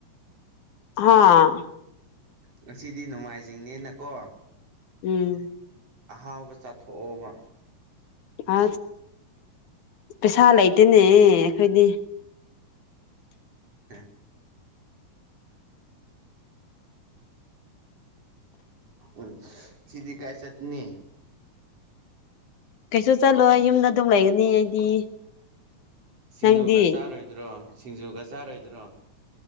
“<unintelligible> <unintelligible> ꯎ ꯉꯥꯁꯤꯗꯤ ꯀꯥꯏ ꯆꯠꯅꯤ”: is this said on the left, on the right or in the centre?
Right